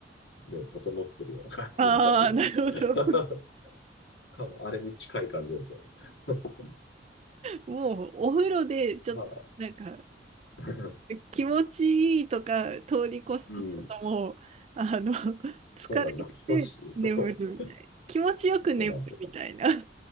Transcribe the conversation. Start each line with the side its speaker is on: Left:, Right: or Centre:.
Left: ね、整ってるような感じになるような。
Right: ああ、なるほど。
Left: <laughs> 多分、あれに近い感じですよ。<laughs>
Right: もうお風呂でちょっとなんか
Left: まあ、<laughs>
Right: 気持ちいいとか通り越してちょっともうあの
Left: うん、
Right: 疲れて眠るみたい。
Left: そうなんだ。なんか等しい、そう、
Right: な、気持ちよく眠るみたいな。
Left: そうなんですよ。